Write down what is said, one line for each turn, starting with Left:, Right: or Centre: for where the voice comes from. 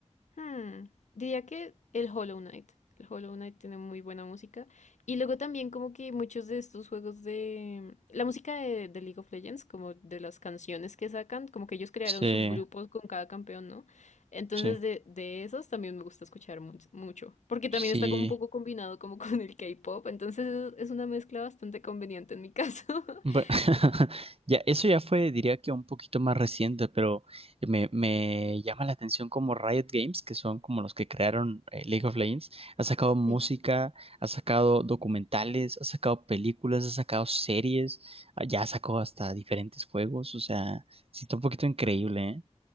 Left: Hmm, Diría que el Hollow Knight. El Hollow Knight tiene muy buena música. Y luego también como que muchos de estos juegos de... La música de, de League of Legends, como de las canciones que sacan, como que ellos crearon
Right: Sí,
Left: sus grupos con cada campeón, ¿no? Entonces
Right: sí,
Left: de, de esos también me gusta escuchar mu- mucho. Porque también
Right: sí.
Left: está como un poco combinado como <laughs> con el K-pop. Entonces es es una mezcla bastante conveniente en mi caso. <laughs>
Right: Bueno, <laughs> ya, eso ya fue, diría que un poquito más reciente, pero me, me llama la atención como Riot Games, que son como los que crearon eh, League of Legends, ha sacado música,
Left: Sí,
Right: ha sacado documentales, ha sacado películas, ha sacado series, ah, ya ha sacado hasta diferentes juegos, o sea, sí está un poquito increíble, ¿eh?